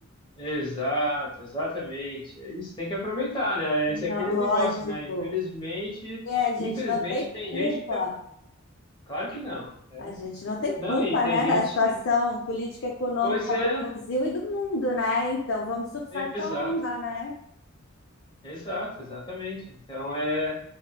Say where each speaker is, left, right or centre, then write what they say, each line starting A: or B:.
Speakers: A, on the left; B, on the left.
A: Exato, exatamente. É isso, tem que aproveitar, né?
B: Não,
A: Esse é aquele
B: Lógico.
A: negócio, né? Infelizmente,
B: É, a gente
A: infelizmente
B: não tem
A: tem
B: culpa.
A: gente que tá. Claro que não, né?
B: A gente não tem
A: Não,
B: culpa,
A: e tem
B: né,
A: gente
B: da situação
A: que.
B: política e econômica
A: Pois é,
B: do Brasil e do mundo, né? Então vamos surfar
A: exato,
B: essa onda, né?
A: exato, exatamente. Então é.